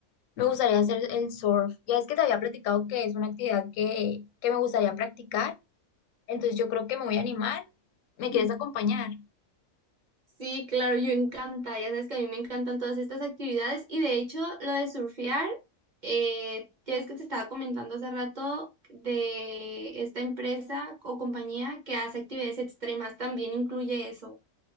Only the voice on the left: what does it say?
Me gustaría hacer el surf. Ya es que te había platicado que es una actividad que, que me gustaría practicar. Entonces yo creo que me voy a animar. ¿Me quieres
acompañar?